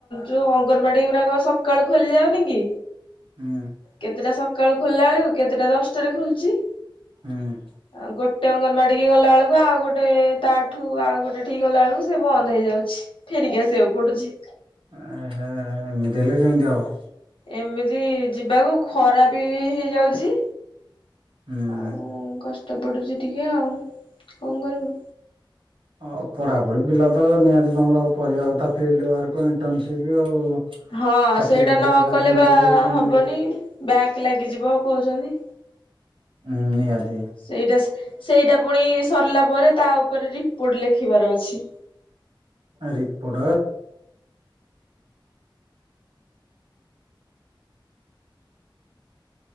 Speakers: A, on the left; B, on the right.
A: ଯୋଉ ଅଙ୍ଗନବାଡି ଗୁରାକ ସକାଳୁ ଖୋଲି ଯାଉନି କି।
B: ହୁଁ।
A: କେତେଟା ସକାଳୁ ଖୋଲିଲା ଳକୁ କେତେଟା ଦଶଟାରେ ଖୋଲୁଛି।
B: ହୁଁ।
A: ଆ ଗୋଟେ ଅଙ୍ଗନବାଡିିକି ଗଲା ବେଳକୁ ଆଉ ଗୋଟେ ଠୁ ଆଉ ଗୋଟେ ଠିକ ଗଲା ଳକୁ ସେ ବନ୍ଦ ହେଇଯାଉଛି ଫେରିକି ଆସିବାକୁ ପଡୁଛି।
B: ଆ ହା ଆ ଏମିତି ହେଲେ କେମିତି ହବ।
A: ଏମିତି ଯିବାକୁ ଖରା ବି ହେଇଯାଉଛି।
B: ହୁଁ।
A: ଆଉ କଷ୍ଟ ପଡୁଛି ଟିକେ ଆଉ କଣ କରିବୁ।
B: ହ ପଢାପଢି ପିଲା ତ ନିହାତି ତମର କରିବା କଥା ଫିଲ୍ଡ ୱାର୍କ ଇଣ୍ଟର୍ନସିପ ଆଉ।
A: ହଁ
B: ସାର୍ଟିଫିକେଟ
A: ସେଇଟା ନ
B: ହେରା ତାହେଲେ
A: କଲେ
B: ମିଳିବ
A: ବା
B: କି କଣ
A: ହବନି
B: ମିଳିବ?
A: ବ୍ୟାକ ଲାଗିଯିବ କହୁଛନ୍ତି।
B: ହୁଁ ନିଆଦ
A: ସେଇଟା ସେ ସେଇଟା ପୁଣି ସରିଲା ପରେ ତା ଉପରେ ରିପୋର୍ଟ ଲେଖିବାର ଅଛି।
B: Report